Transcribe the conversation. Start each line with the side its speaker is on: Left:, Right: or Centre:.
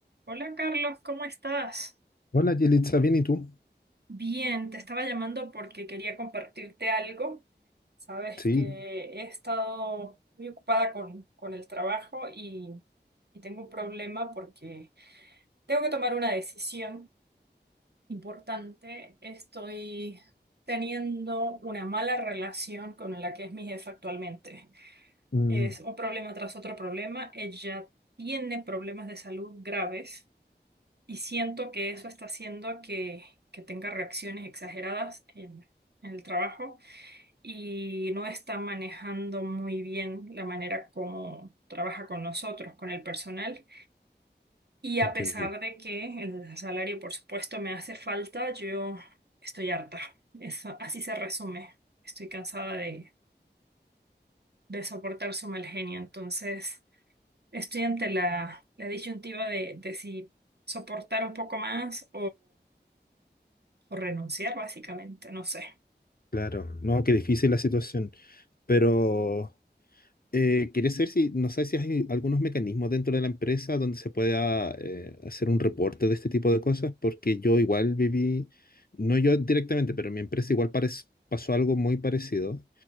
Right: Hola Carlos, ¿cómo estás?
Left: Hola, Yelitza, ¿bien y tú?
Right: Bien, te estaba llamando porque quería compartirte algo. Sabes
Left: Sí,
Right: que he estado muy ocupada con, con el trabajo y, y tengo un problema porque tengo que tomar una decisión importante. Estoy teniendo una mala relación con la que es mi jefa actualmente.
Left: mm,
Right: Es un problema tras otro problema. Ella tiene problemas de salud graves Y siento que eso está haciendo que, que tenga reacciones exageradas en, en el trabajo y no está manejando muy bien la manera como trabaja con nosotros, con el personal. Y a
Left: entiendo.
Right: pesar de que el salario, por supuesto, me hace falta, yo estoy harta. Eso, así se resume. Estoy cansada de, de soportar su mal genio. Entonces, estoy ante la, la disyuntiva de, de si soportar un poco más o renunciar básicamente, no sé.
Left: Claro, no, qué difícil la situación. Pero eh, quería saber si, no sé si hay algunos mecanismos dentro de la empresa donde se pueda eh, hacer un reporte de este tipo de cosas, porque yo igual viví, no yo directamente, pero mi empresa igual parec- pasó algo muy parecido,